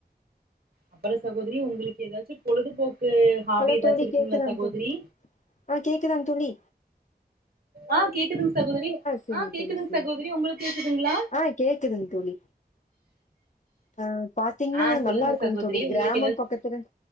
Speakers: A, on the right (about 65°); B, on the left (about 45°).
A: அப்பறோ சகோதரி உங்களுக்கு எதாச்சு பொழுதுபோக்கு ஹாபி
B: ஹலோ
A: ஏதாச்சு
B: தோழி
A: இருக்குங்களா
B: கேக்குதாங்
A: சகோதரி
B: தோழி ஆ கேக்குதாங் தோழி
A: ஆ கேக்குதுங்க சகோதரி
B: சரிங்
A: ஆ கேக்குதுங்
B: தோழி சரிங்
A: சகோதரி உங்ளுக் கேக்குதுங்களா
B: ஆ கேக்குதுங் தோழி ஆ பாத்தீங்கன்னா
A: ஆ சொல்லுங்க
B: நல்லா இருக்குங்
A: சகோதரி
B: தோழி கிராம
A: உங்களுக்கு ஏதாச்சு
B: பக்கத் கிறன்